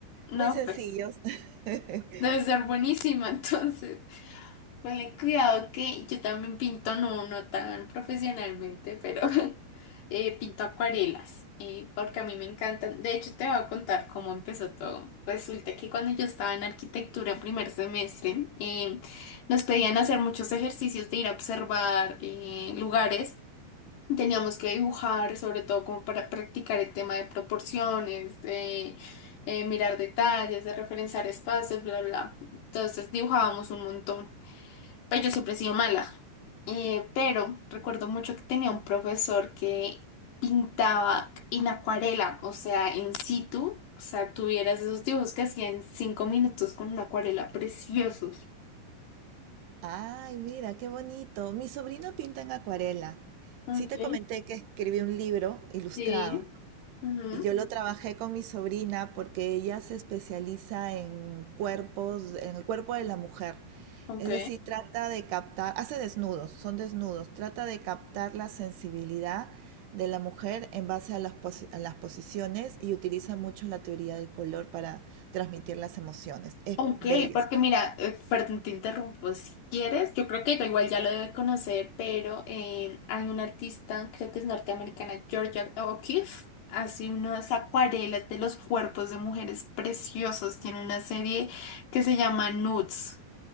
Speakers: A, on the left (about 80°); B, on the right (about 75°).
A: No,
B: muy sencillos.
A: pues,
B: <laughs>
A: debe ser buenísima <laughs> entonces. Ponle cuidado que yo también pinto, no, no tan profesionalmente, pero <laughs> eh, pinto acuarelas, eh, porque a mí me encantan. De hecho, te voy a contar cómo empezó todo. Resulta que cuando yo estaba en arquitectura en primer semestre, eh, nos pedían hacer muchos ejercicios de ir a observar eh, lugares. Teníamos que dibujar, sobre todo como para practicar el tema de proporciones, de eh, mirar detalles, de referenciar espacios, bla, bla. Entonces dibujábamos un montón. Pero yo siempre he sido mala. Eh, pero recuerdo mucho que tenía un profesor que pintaba en acuarela, o sea, en situ. O sea, tuvieras esos dibujos que hacía en cinco minutos con una acuarela, preciosos.
B: Ay, mira, qué bonito. Mi sobrino pinta en acuarela.
A: Ok.
B: Sí te comenté que escribí un libro ilustrado
A: Sí. Ujú.
B: y yo lo trabajé con mi sobrina porque ella se especializa en cuerpos, en el cuerpo de la mujer.
A: Ok.
B: Es decir, trata de captar, hace desnudos, son desnudos, trata de captar la sensibilidad de la mujer en base a las, posi- a las posiciones y utiliza mucho la teoría del color para transmitir las emociones. Es
A: Ok,
B: bella.
A: porque mira, eh, perdón, te interrumpo. Si quieres, yo creo que yo igual ya lo debe conocer, pero eh, hay una artista, creo que es norteamericana, Georgia O'Keeffe, hace unas acuarelas de los cuerpos de mujeres preciosos. Tiene una serie que se llama Nudes.